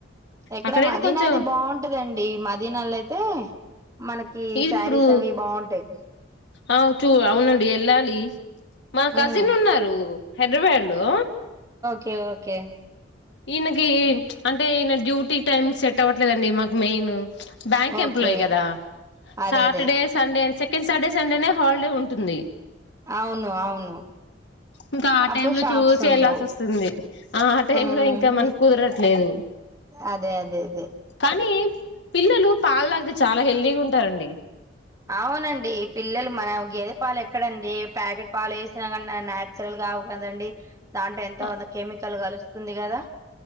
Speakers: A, on the right (about 20°); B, on the left (about 65°).
A: ఎక్కడ
B: అక్కడైతే
A: మదీనా
B: కొంచెం
A: అయితే బాంటదండి మదీనాలో అయితే మనకి
B: ఇప్పుడు
A: శారీస్ అవి బాంటాయ్
B: ఆ చూ అవునండి వెళ్ళాలి మా కజిన్
A: ఉమ్
B: ఉన్నారు హైదరాబాద్ లో
A: కే ఓకే
B: ఈయనకి అంటే ఈయన డ్యూటీ టైం సెట్ అవ్వట్లేదండి మాకు మెయిను బ్యాంక్
A: ఓకే
B: ఎంప్లాయీ గదా
A: అదే
B: సాటర్డే
A: అదే
B: సండే అనేసి సెకండ్ సాటర్డే సండేనే హాలిడే ఉంటుంది
A: అవును అవును
B: ఇంకా ఆ
A: అప్పుడు
B: టైమ్ లో
A: షాప్స్
B: చూసి
A: ఉండవు
B: వెళ్లాల్సి వస్తుంది ఆ టైం
A: ఉమ్
B: లో ఇం ఇంకా మన కుదరట్లేదు
A: అదే అదే అదే
B: కానీ పిల్లలు పాల్ దాగితే చాలా హెల్దీగా ఉంటారండి
A: అవునండి పిల్లలు మన గేదె పాలు ఎక్కడండి ప్యాకెట్ పాలు ఏసినా గాని న్యాచురల్ గా రావు కదండి దాంట్లో ఎంతో
B: ఆ
A: గంత కెమికల్ గలుస్తుంది కదా